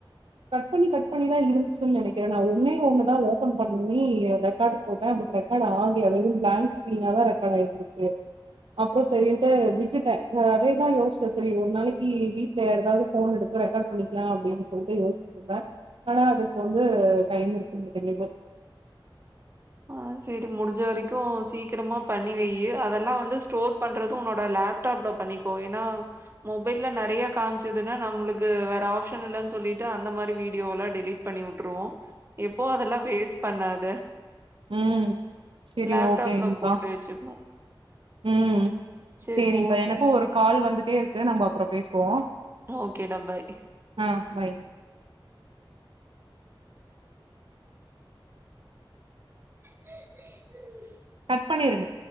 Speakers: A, on the right (about 75°); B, on the right (about 30°).
A: கட் பண்ணி கட் பண்ணிதா இருந்துச்சுன்னு நெனைக்கிறே நா ஒன்னே ஒன்னு தா ஓபன் பண்ணி எப் ரெக்கார்டு போட்டா அது ரெக்கார்ட் ஆகல வெறும் பிளாங்க் ஸ்கிரீனா தா ரெக்கார்டு ஆயிருந்துச்சு அப்புற சரின்ட்டு விட்டுட்டே அதேதா யோசிச்சே சரி ஒரு நாளைக்கு வீட்ல யாருக்காவது ஃபோன் எடுத்து ரெக்கார்ட் பண்ணிக்கலாம் அப்படின்னு சொல்லிட்டு யோசிச்சிட்டு இருந்த ஆனா அதுக்கு வந்து டைம் இருக்க மாட்டேங்குது
B: ஆஹ் சரி முடிஞ்ச வரைக்கு சீக்கிரமா பண்ணி வையு அதெல்லா வந்து ஸ்டோர் பண்றது உன்னோட லேப்டாப்ல பண்ணிக்கோ ஏன்னா மொபைல்ல நறைய காமிச்சதுன்னா நம்முளுக்கு வேற ஆப்ஷன் இல்லன்னு சொல்லிட்டு அந்த மாதிரி வீடியோ எல்லா டெலீட் பண்ணி உட்டுருவோ எப்போ அதெல்லா வேஸ்ட் பண்ணாத
A: உம் சரி
B: லேப்டாப்ல
A: ஓகேங்கக்கா
B: போட்டு வச்சுக்கணும்.
A: உம்
B: சரி
A: சரிங்க்கா
B: ஓகேடா
A: எனக்கு ஒரு கால் வந்து கிட்டே இருக்கு நம்ப அப்புற பேசுவோம்
B: ஓகே டா பாய்
A: ஆ பை
B: அ
A: கட் பண்ணிருங்க